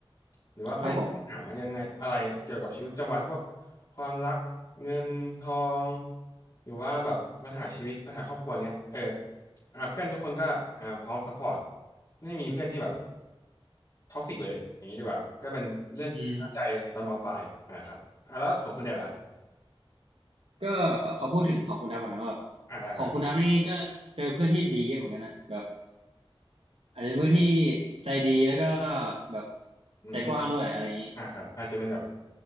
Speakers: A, on the left; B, on the right.
A: หรือว่าเพื่อนหายังไงอะไรเกี่ยวกับชีวิตประจำวันพวก
B: ครับผม
A: ความรักเงินทองหรือว่าแบบปัญหาชีวิตปัญหาครอบครัวเงี้ยเอออ่าเพื่อนทุกคนก็อ่าพร้อมซัพพอร์ตไม่มีเพื่อนที่แบบท็อกซิกเลยอย่างนี้ดีกว่าก็เป็นเรื่องที่ตั้งใจตอนมปลายอ่าครับอ่าแล้วของคุณแดนล่ะครับ
B: อืมก็ขอพูดถึงของคุณดับก่อนนะว่าแบบ
A: อ่าได้ได้ได้
B: ของคุณดับนี่ก็เจอเพื่อนที่ดีเยอะเหมือนกันนะแบบ อาจจะเป็นผู้ที่ใจดีแล้วก็แบบ
A: อืม
B: ใจกว้างด้วยอะไรอย่างนี้
A: อ่าครับอาจจะเป็นแบบ